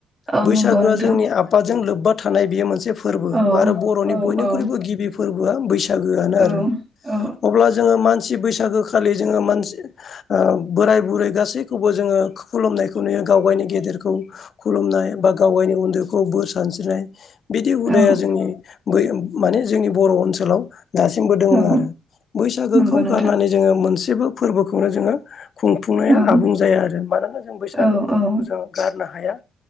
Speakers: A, on the right (about 15°); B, on the left (about 55°).
A: औ
B: बैसागोआ
A: नंगौ नोंथां
B: जोंनि आफादजों लोब्बा थानाय बेयो मोनसे फोरबो
A: औ
B: आरो बर'नि
A: औ
B: बयनिख्रुइबो
A: औ
B: गिबि फोरबोआ बैसाग आनो
A: औ
B: आरो।
A: औ
B: अब्ला जोङो। मानसि बैसागोखालि जोङो मानसि बोराय बुरै गासैखौबो जोङो खुलुमनायखौ। नुया गाव गावनि गेदेरखौ खुलुमनाय बा गाव गावनि उन्दैखौ बोर सानस्रिनाय। बिदि हुदाया
A: औ
B: जोंनि बै माने जोंनि बर' ओनसोलाव दासिमबो दोङो
A: औ
B: आरो बैसागोखौ
A: नंगौ नोंथां
B: गारनानै जोङो मोनसेबो फोरबोखौनो जोङो खुंफुंनाया
A: औ
B: आबुं
A: औ
B: जाया आरो मानोना जों
A: औ
B: बैसागो फोरबोखौ जोङो गारनो हाया